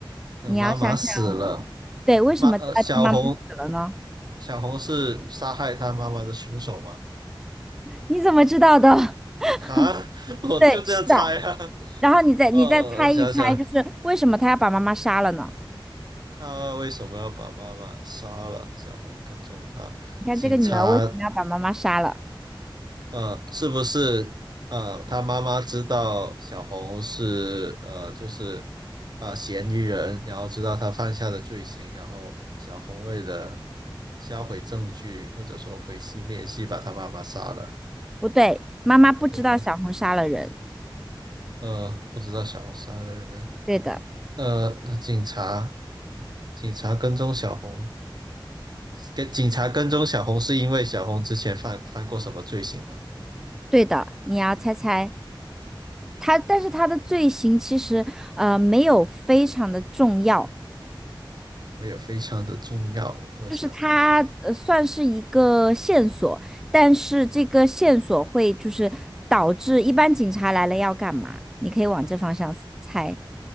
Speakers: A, on the right (about 55°); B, in the centre.
A: 呃，
B: 你要想想，
A: 妈妈死了，
B: 对，为什么第二天妈妈死了呢？
A: 妈呃，小红小红是杀害他妈妈的凶手吗？
B: 你怎么知道的？
A: 啊，
B: <laughs>
A: <laughs> 我就这样猜啊。
B: 对，是的。
A: <laughs>
B: 然后你再你再猜一猜，
A: 呃，想想。
B: 就是为什么他要把妈妈杀了呢？
A: 他为什么要把妈妈杀了？小红跟踪他，
B: 你看这个女儿为什么要把妈妈杀了？
A: 警察，呃，是不是，呃，他妈妈知道小红是，呃，就是，呃，嫌疑人，然后知道他犯下的罪行，然后小红为了销毁证据或者说毁尸灭迹，把他妈妈杀了，
B: 不对，妈妈不知道小红杀了人。
A: 对吧？呃，不知道小红杀了人，
B: 对的，
A: 呃，那警察。警察跟踪小红，跟警察跟踪小红是因为小红之前犯犯过什么罪行吗？
B: 对的，你要猜猜他，但是他的罪行其实呃没有非常的重要，
A: 没有，非常的重要。我想想，
B: 就是他呃算是一个线索，但是这个线索会就是导致一般警察来了要干嘛？你可以往这方向猜。